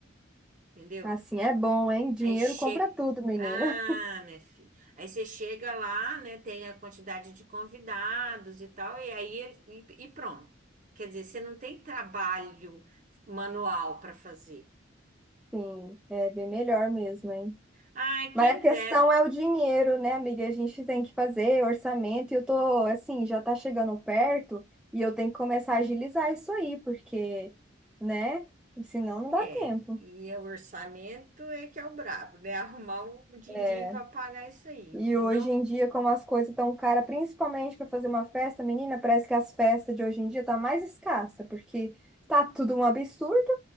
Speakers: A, on the right (about 40°); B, in the centre.
A: entendeu?
B: Assim é bom, hein? Dinheiro
A: Aí chega.
B: compra tudo, menina.
A: Ah, minha filha. Aí você chega lá, né? Tem a quantidade de convidados e tal, e aí ele, e, e pronto. Quer dizer, você não tem trabalho manual para fazer.
B: <laughs> Sim, é bem melhor mesmo, hein?
A: Ai,
B: Mas
A: quem
B: a questão
A: der.
B: é o dinheiro, né, amiga? A gente tem que fazer orçamento e eu tô, assim, já tá chegando perto e eu tenho que começar a agilizar isso aí, porque, né, senão não dá
A: É,
B: tempo.
A: e o orçamento é que é o brabo, né? Arrumar o din-din
B: É,
A: para pagar isso aí.
B: E
A: Que
B: hoje
A: não,
B: em dia, como as coisas estão caras, principalmente para fazer uma festa, menina, parece que as festas de hoje em dia tá mais escassa, porque tá tudo um absurdo.